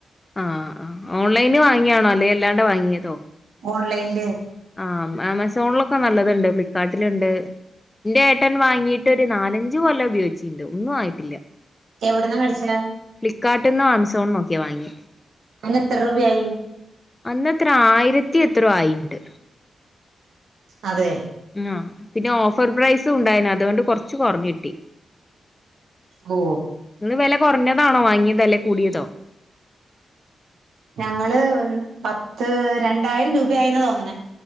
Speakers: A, on the left; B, on the right.
A: ആഹ് ആഹ് ഓൺലൈന് വാങ്ങിയാണോ അല്ലെ അല്ലാണ്ട് വാങ്ങിയതോ?
B: ഓൺലൈൻല്.
A: ആഹ് ആമസോണിലൊക്കെ നല്ലതുണ്ട് ഫ്ലിപ്പ്കാർട്ടിലുണ്ട്. എന്റെ ഏട്ടൻ വാങ്ങിട്ട് ഒരു നാലഞ്ച കൊല ഉപയോഗിച്ചിട്ടുണ്ട് ഒന്നും ആയിട്ടില്ല
B: എവിടന്നാ മേടിച്ച
A: ഫ്ലികാർട്ടന്നോ ആമസോണന്നൊക്കെ വാങ്ങി
B: അതിന് എത്ര രൂപ യായി
A: അന്നത്ര ആയിരത്തി എത്രയോ ആയി ഉണ്ട്
B: അതെ
A: ഉം പിന്നെ ഓഫർ പ്രൈസും ഉണ്ടായിന അതുകൊണ്ട് കൊറച്ച് കൊറഞ്ഞിട്ടി.
B: ഓ
A: ഇന്ന് വില കുറഞ്ഞതാണോ വാങ്ങിയതകൂടിയതോ
B: ഞങ്ങള് പത്ത് രണ്ടായിരം രൂപ ആയിന്ന് തോന്നണ